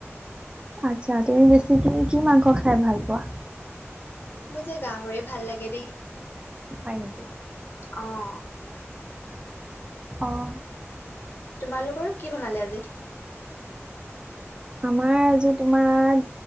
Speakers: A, on the right; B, on the left.
A: আচ্ছা তুমি বেছিকে কি মাংস খাই ভাল পোৱা
B: মো যে গাহৰি ভাল লাগে দেই
A: হয় নিকি
B: অঁহ
A: অঁহ
B: তোমালোকৰ কি বনালে আজি
A: আমাৰ আজি তোমাৰ